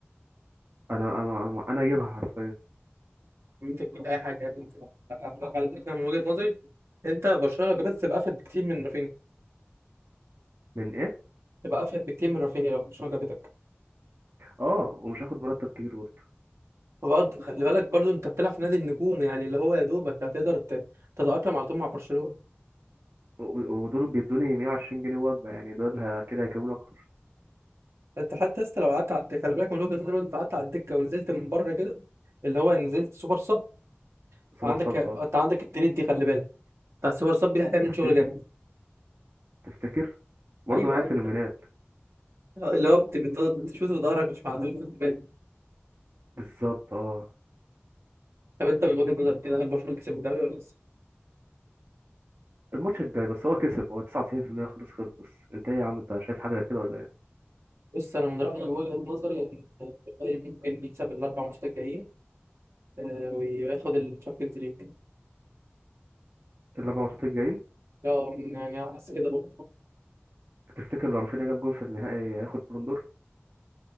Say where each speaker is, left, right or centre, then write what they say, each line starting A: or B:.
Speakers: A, on the right; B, on the right.
A: انا انا انا أنا جايبها حرفيا
B: انت تجيب اي حاجه يا بنت على فكره من وجهه نظري انت برشلونه لو جابتك تبقى افيد بكتير من رافينيا
A: من ايه
B: تبقى افيد بكتير من رافينيا لو برشلونه جابتك
A: اه ومش هاخد مرتب كبير برضه
B: برضه خلي بالك برضه انت بتلعب في نادي النجوم يعني اللي هو يا دوبك هتقدر ت- تتأقلم على طول مع برشلونة
A: و- ودول بيدوني 120 جنيه وجبة يعني دول ه- كده هيكلموني اكتر
B: انت حتى لسه لو قعدت على الدكة، خلي بالك من وجهة نظري لو انت قعدت على الدكة ونزلت من بره كده اللي هو نزلت سوبر صب
A: سوبر
B: عندك
A: صب
B: انت عندك التريد دي خلي بالك بتاع السوبر صب دي هتعمل
A: تفتكر
B: شغل جامد
A: تفتكر برضه
B: ايوه
A: معايا
B: ايوه
A: فينومينال
B: اللي هو بت- بت- بتشوط بضهرك مش معدول خد بالك
A: بالظبط اه
B: طب انت من وجهة نظرك كده هل برشلونة كسب الدوري ولا لسه؟
A: الماتش الجاي بس هو كسب هو 99% خلاص خلص انت ايه يا عم انت شايف حاجه غير كده ولا ايه
B: بص انا من رأيي وجهة نظري ان الريال ممكن يكسب الاربع ماتشات الجايين آه، وياخد الشامبيونز ليج
A: الاربع ماتشات الجايين
B: اه يعني حاسس كده برضه
A: تفتكر لو رافينيا جاب جول في النهائي هياخد بالون دور